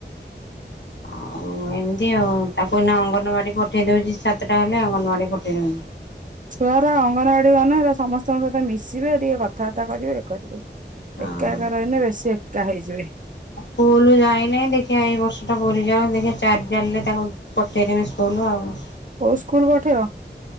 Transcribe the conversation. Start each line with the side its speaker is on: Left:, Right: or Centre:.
Left: ଆଉ ଏମିତି ଆଉ ତାକୁ ଏଇନା ଅଙ୍ଗନବାଡ଼ି ପଠେଇ ଦେଉଛି ସାତଟା ହେଲେ ଅଙ୍ଗନବାଡ଼ି ପଠେଇ ଦଉନ
Right: ଛୁଆ ର ଅଙ୍ଗନବାଡି ଗନ ହେଲେ ସମସ୍ତଙ୍କ ସହିତ ମିଶିବେ ଟିକେ କଥାବାର୍ତ୍ତା କରିବେ କରିବେ
Left: ହଁ
Right: ଏକାକାର ହେନ ବେଶୀ ଏକା ହେଇଯିବେ
Left: ସ୍କୁୁଲ ଯାଇନାଇଁ ଦେଖିବା ଏଇ ବର୍ଷ ଟା ପରିଯାଉ ଦେଖିବା ଚାରି ଜାଣିଲେ ତାକୁ ପଠେଇଦମି ସ୍କୁଲ ଆଉ
Right: କୋଉ ସ୍କୁଲ ପଠେଇଅ